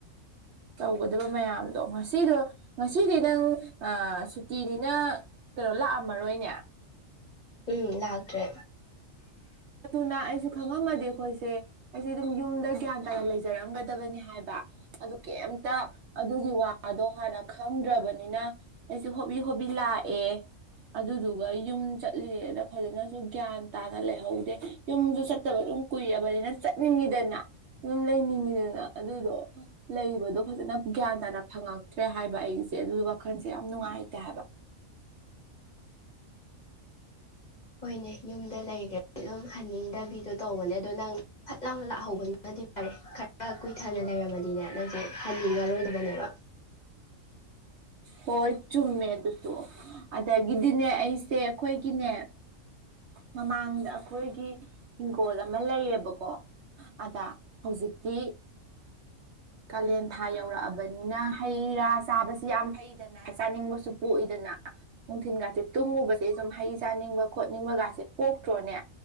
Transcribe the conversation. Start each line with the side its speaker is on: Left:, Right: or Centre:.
Right: ꯇꯧꯒꯗꯕ ꯃꯌꯥꯝꯗꯣ ꯉꯁꯤꯗꯣ ꯉꯁꯤꯗꯤ ꯅꯪ ꯁꯨꯇꯤꯗꯤꯅ ꯀꯩꯅꯣ ꯂꯥꯛꯑꯝꯃꯔꯣꯏꯅꯦ
Left: ꯎꯝ ꯂꯥꯛꯇ꯭ꯔꯦ
Right: ꯑꯗꯨꯅ ꯑꯩꯁꯨ ꯈꯪꯉꯝꯃꯗꯤ ꯑꯩꯈꯣꯏꯁꯦ ꯑꯩꯁꯦ ꯑꯗꯨꯝ ꯌꯨꯝꯗ ꯒ꯭ꯌꯥꯟ ꯇꯥꯅ ꯂꯩꯖꯔꯝꯒꯗꯕꯅꯤ ꯍꯥꯏꯕ ꯑꯗꯨ ꯀꯩꯝꯇ ꯑꯗꯨꯒꯤ ꯋꯥꯗꯣ ꯍꯥꯟꯅ ꯈꯪꯗ꯭ꯔꯕꯅꯤꯅ ꯑꯩꯁꯦ ꯍꯣꯕꯤ ꯍꯣꯕꯤ ꯂꯥꯛꯑꯦ ꯑꯗꯨꯗꯨꯒ ꯌꯨꯝ ꯆꯠꯂꯤꯉꯦꯗ ꯐꯖꯅꯁꯨ ꯒ꯭ꯌꯥꯟ ꯇꯥꯅ ꯂꯩ ꯍꯧꯗꯦ ꯌꯨꯝꯁꯨ ꯆꯠꯇꯕ ꯑꯗꯨꯝ ꯀꯨꯏꯔꯕꯅꯤꯅ ꯆꯠꯅꯤꯡꯉꯤꯗꯅ ꯌꯨꯝ ꯂꯩꯅꯤꯡꯉꯤꯗꯅ ꯑꯗꯨꯗꯣ ꯂꯩꯕꯗꯣ ꯐꯖꯅ ꯒ꯭ꯌꯥꯟ ꯇꯥꯅ ꯐꯪꯉꯛꯇ꯭ꯔꯦ ꯍꯥꯏꯕ ꯑꯩꯁꯦ ꯑꯗꯨ ꯋꯥꯈꯜꯁꯦ ꯌꯥꯝ ꯅꯨꯡꯉꯥꯏꯇꯦ ꯍꯥꯏꯕ
Left: ꯍꯣꯏꯅꯦ ꯌꯨꯝꯗ ꯂꯩꯈ꯭ꯔꯗꯤ ꯑꯗꯨꯝ ꯍꯟꯅꯤꯡꯗꯕꯤꯗꯣ ꯇꯧꯕꯅꯦ ꯑꯗꯣ ꯅꯪ ꯐꯠ ꯂꯥꯎꯅ ꯂꯥꯛꯍꯧꯕꯅꯤꯅꯗꯤ ꯐꯔꯦ ꯈꯔ ꯀꯨꯏꯊꯅ ꯂꯩꯔꯝꯃꯅꯤꯅꯦ ꯅꯪꯁꯦ ꯍꯟꯅꯤꯡꯉꯔꯣꯏꯗꯕꯅꯦꯕ
Right: ꯍꯣꯏ ꯆꯨꯝꯃꯦ ꯑꯗꯨꯁꯨ ꯑꯗꯒꯤꯗꯤꯅꯦ ꯑꯩꯁꯦ ꯑꯩꯈꯣꯏꯒꯤꯅꯦ ꯃꯃꯥꯡꯗ ꯑꯩꯈꯣꯏꯒꯤ ꯍꯤꯡꯒꯣꯜ ꯑꯃ ꯂꯩꯌꯦꯕꯀꯣ ꯑꯗ ꯍꯧꯖꯤꯛꯇꯤ ꯀꯥꯂꯦꯟ ꯊꯥ ꯌꯧꯔꯛꯑꯕꯅꯤꯅ ꯍꯩ ꯔꯥ ꯆꯥꯕꯁꯤ ꯁꯤ ꯌꯥꯝ ꯊ ꯗꯅ ꯆꯥꯅꯤꯡꯕꯁꯨ ꯄꯣꯛꯏꯗꯅ ꯅꯨꯡꯊꯤꯤꯟꯒꯁꯨ ꯇꯨꯝꯉꯨꯕꯁꯦ ꯁꯨꯝ ꯍꯩ ꯆꯥꯅꯤꯡꯕ ꯈꯣꯠꯅꯤꯡꯕꯒꯥꯁꯦ ꯄꯣꯛꯇ꯭ꯔꯣꯅꯦ